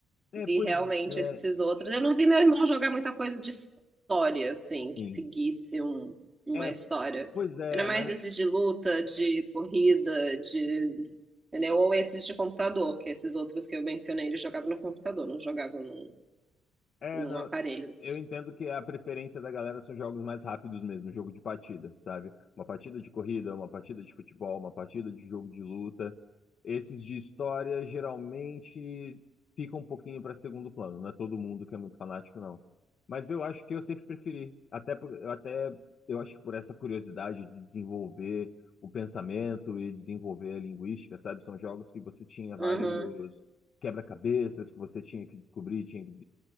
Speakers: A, on the left; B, on the right.
A: É,
B: Vi
A: pois
B: realmente
A: é,
B: esses outros. Eu não vi meu irmão jogar muita coisa de história, assim,
A: sim.
B: que seguisse um- uma
A: É,
B: história.
A: pois é,
B: Era mais
A: mas
B: esses de luta, de corrida, de. Entendeu? Ou esses de computador, que esses outros que eu mencionei, eles jogavam no computador, não jogavam num,
A: é,
B: num
A: não,
B: aparelho.
A: eu entendo que a preferência da galera são jogos mais rápidos mesmo, jogo de partida, sabe? Uma partida de corrida, uma partida de futebol, uma partida de jogo de luta. Esses de história geralmente ficam um pouquinho para segundo plano, não é todo mundo que é muito fanático, não. Mas eu acho que eu sempre preferi, até por- eu até eu acho que por essa curiosidade de desenvolver o pensamento e desenvolver a linguística, sabe? São jogos que você tinha vários
B: Uhum,
A: quebra-cabeças que você tinha que descobrir, tinha que